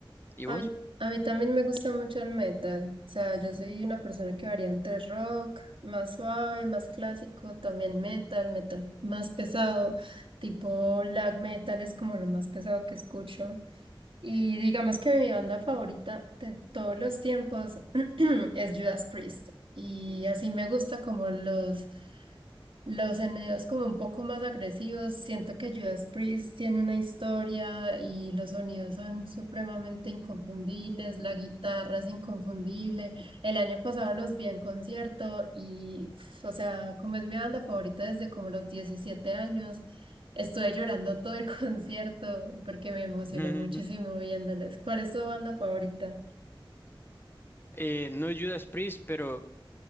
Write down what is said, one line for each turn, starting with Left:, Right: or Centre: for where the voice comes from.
Left: ¿Y
Right: A
Left: vos?
Right: mí, a mí también me gusta mucho el metal. O sea, yo soy una persona que varía entre rock, más suave, más clásico, también metal, metal más pesado, tipo black metal es como lo más pesado que escucho. Y digamos que mi banda favorita de todos los tiempos <clears throat> es Judas Priest. Y así me gusta como los los sonidos como un poco más agresivos, siento que Judas Priest tiene una historia y los sonidos son supremamente inconfundibles, la guitarra es inconfundible. El año pasado los vi en concierto y, pf, o sea, como es mi banda favorita desde como los 17 años, estuve llorando todo el <laughs> concierto porque me emocioné
Left: Ujú,
Right: muchísimo
Left: ujú.
Right: viéndoles. ¿Cuál es tu banda favorita?
Left: Eh, no es Judas Priest, pero